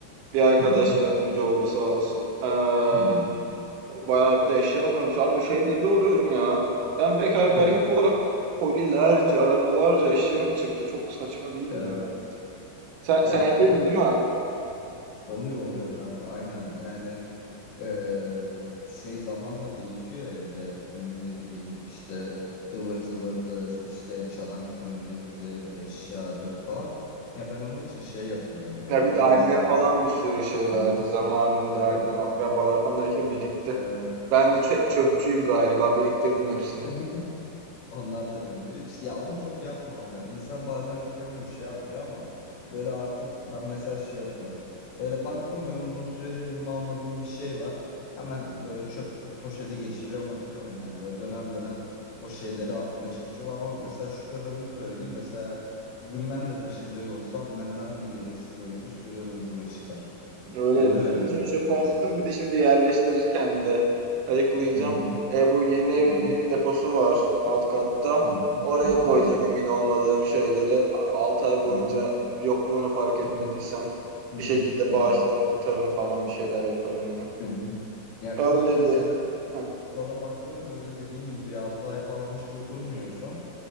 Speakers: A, on the right; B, on the left.
A: Bir arkadaş
B: hı.
A: yardımcı oldu sağ olsun. Ee,
B: Hı hı.
A: bayağı bir de eşya varmış. Abi şey deli oluyorum ya. Ben bekar bir
B: Hı.
A: erkek olarak kolilerce, arabalarca eşyam çıktı. Çok saçma değil mi
B: Evet.
A: ya? Sen,
B: Ya
A: sen evliydin
B: oluyor.
A: değil mi?
B: Oluyor oluyor kanka aynen yani Ee, şey zamanla birikiyor evde ne bileyim işte ıvır zıvırdır işte çanak çömlektir eşyadır falan ya ben onun için şey yapıyorum böyle
A: Ya
B: arada
A: bir de annem
B: mesela
A: falan bir sürü şey
B: Hı
A: verdi
B: hı.
A: zamanında
B: Evet
A: annem
B: evet
A: akrabalar falan derken birikti.
B: evet
A: Ben de çö-
B: onlar
A: çöpçüyüm galiba biriktirdim hepsini.
B: <laughs> Onlar da gönderiyor. İşte ya onu çok yapmamak lazım. İnsan bazen kıyamıyor, şey yapmıyor ama böyle artık ben mesaj şey yapıyorum. Böyle baktım böyle uzun süredir elime almadığım bir şey var. Hemen böyle çöp poşeti geçiriyorum, atıyorum yani. Böyle dönem dönem o şeyleri atmaya çalışıyorum ama mesela şu kadarını söyleyeyim. Mesela bugün ben de taşınacak olsam benden de gereksiz böyle bir sürü ıvır zıvır çıkar.
A: Öyle
B: Oluyor
A: bir sürü
B: yani
A: şey
B: ister
A: çöpe attım
B: istemez.
A: bir de şimdi yerleştirirken de ayıklayacağım.
B: Hı hı.
A: E bu yeni evin
B: Hı hı.
A: bir deposu var alt katta.
B: Hı hı.
A: Oraya koyacağım
B: Hı hı.
A: emin olmadığım şeyleri. Abi 6 ay boyunca
B: Hı hı.
A: yokluğunu fark etmediysem
B: Hı hı. Hı
A: bir
B: hı.
A: şekilde
B: Hı
A: bağışlarım
B: hı.
A: atarım falan bir şeyler yaparım ya.
B: Hı hı. Ya
A: Öyleli.
B: koy mesela
A: Heh,
B: sonra baktın böyle dediğin gibi bir 6 ay falan hiç dokunmuyorsun.